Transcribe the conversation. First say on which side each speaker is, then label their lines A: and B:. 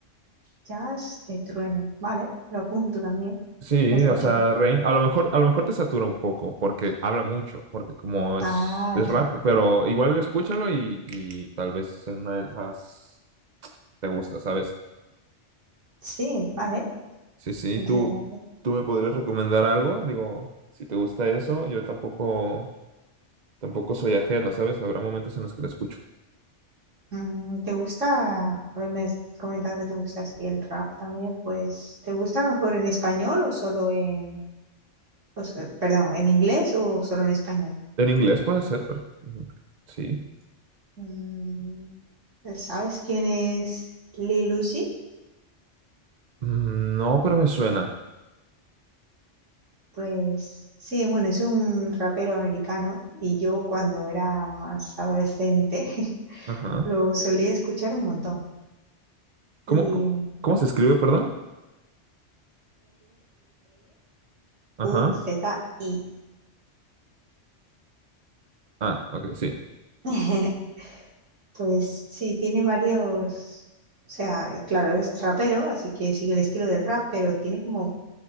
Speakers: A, on the right; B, on the right.
A: jazz de trueno. Vale, lo apunto también.
B: Sí,
A: Lo escucharé.
B: o sea, Rain, a lo mejor, a lo mejor te satura un poco porque habla mucho, porque como es,
A: Ah,
B: es rap,
A: claro.
B: pero igual escúchalo y, y tal vez en una de esas te gusta, ¿sabes?
A: Sí, vale.
B: Sí, sí,
A: Muchas
B: tú,
A: gracias.
B: tú me podrías recomendar algo, digo, si te gusta eso, yo tampoco, tampoco soy ajeno, ¿sabes? Habrá momentos en los que lo escucho.
A: Mm, ¿Te gusta? a ver, Me has comentado que te gusta así el rap también, pues ¿te gusta mejor en español o solo en, o s- eh, perdón, en inglés o solo en español?
B: En inglés puede ser, pero ujú, sí.
A: Mm, ¿sabes quién es Lil Uzi?
B: Mm, No, pero me suena.
A: Pues sí, bueno, es un rapero americano y yo cuando era más adolescente <laughs>
B: Ajá.
A: lo solía escuchar un montón.
B: ¿Cómo,
A: Y
B: co- cómo se escribe, perdón? Ajá.
A: L-I-L-U-Z-I.
B: Ah, ok, sí.
A: <laughs> Pues sí, tiene varios, o sea, claro, es rapero, así que sigue el estilo del rap, pero tiene como,